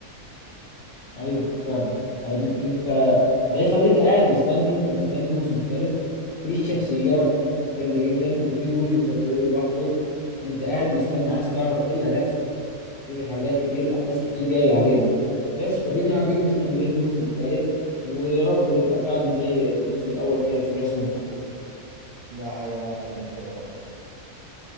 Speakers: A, on the left; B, on the right.
A: ايوه فعلا هن- انت ده يخليك قاعد مستني انت مستني الموسم الثالث في شخصيات جامدة جدا وفي جوجي وساتورو لوحده انت قاعد مستني عايز تعرف ايه اللي هيحصل في حاجات كتير احداث كتير جايه علينا بس فدينا قاعدين
B: ايوه
A: مستنيين الموسم الثالث ويا رب يبقى فعلا زي الموسم الاول كده في الرسم والتحريك
B: ده حقيقة انا اتمنى كده برضه